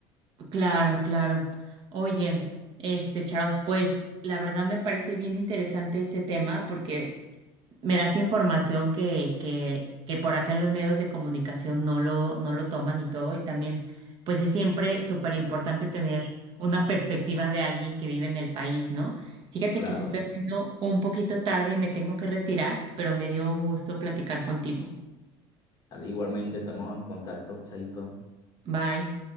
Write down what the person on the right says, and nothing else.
Claro, claro. Oye, este Charles, pues la verdad me parece bien interesante este tema porque me das información que, que, que por acá en los medios de comunicación no lo, no lo toman y todo. Y también, pues es siempre súper importante tener una perspectiva de alguien que vive en el país, ¿no? Fíjate
que se está haciendo un poquito tarde y me tengo que retirar, pero me dio un gusto platicar contigo.
Bye.